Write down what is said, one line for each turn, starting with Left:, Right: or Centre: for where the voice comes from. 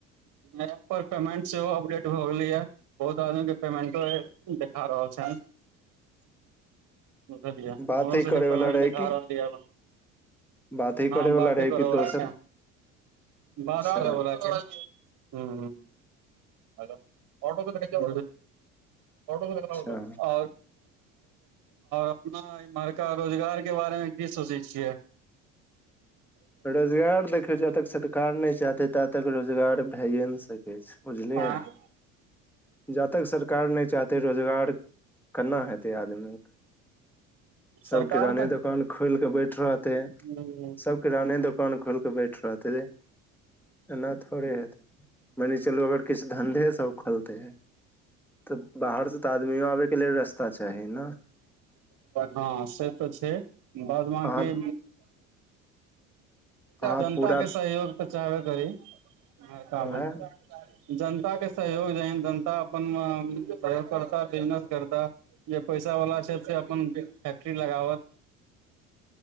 Right: एप पर पेमेंट सेहो अपडेट भए गेले या। बहुत आदमी के पेमेंटो देखा रहल छन।
Centre: <inaudible>
Right: बुझलियै
Centre: बाते
Right: हमरो सबके
Centre: करे वाला
Right: पेमेंट
Centre: रहे
Right: देखा
Centre: कि
Right: रहल यै।
Centre: बाते
Right: हँ
Centre: करे वाला
Right: बाते
Centre: रहे कि
Right: कर
Centre: दोसर
Right: वला छै
Centre: अच्छा
Right: बारह कर वला छै। हूं। अ ऑटो क त क ऑटो क
Centre: अच्छा
Right: ह आओर अपना इमहरका रोजगार के बारे मे की सोचै छियै।
Centre: <inaudible> रोजगार देखियौ जा तक सरकार नहि चाहते ता तक रोजगार भैए नहि सकैत छै। बुझलिए
Right: आँ
Centre: जा तक सरकार। कार नहि चाहते रोजगार केना हेतै आदमी। सभ
Right: सरकार
Centre: किराने दोकान खोलि कऽ बैठ रहतेै।
Right: हूं।
Centre: किराने दोकान खोलकेे बैठ रहतै एना। थोड़े हेतै मने चलू अगर किछु धंधे सब खोलते। तऽ बाहरसँ तऽ आदमियो आबयके लेल रस्ता चाही न।
Right: हाॅं से तऽ छै, बाद बाकी।
Centre: अहाँ अहाँ
Right: जनताके
Centre: पूरा
Right: सहयोग तऽ चाहबे करी इम्हरका
Centre: ओहे
Right: मे। जनता के सहयोग जेहन जनता अपन सहयोग करता, बिजनेस करता। जे पैसा वला छैथ, से अपन फैक्ट्री लगावत।